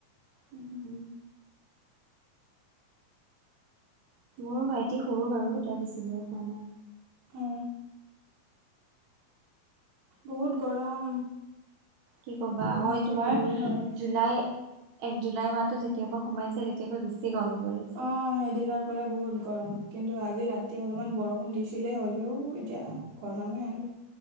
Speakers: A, on the right; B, on the right.
A: উম! মোৰ ভাইটি সৰু বাৰু। তাৰ বেছি বয়স হোৱা নাই।
B: উম! বহুত গৰম!
A: কি ক'বা!
B: দিনত
A: মই
B: থাকিবই
A: তোমাৰ
B: নোৱাৰি
A: জুলাই এক জুলাই মাহটো, যেতিয়াৰ পৰা সোমাইছে। তেতিয়াপা, বেছি গৰম হ'ল।
B: অ'! সেইদিনাৰ পৰাই বহুত গৰম! কিন্তু, আজি ৰাতি অলপমান বৰষুণ দিছে। দিলে হ'লেও এতিয়া গৰমে আৰু।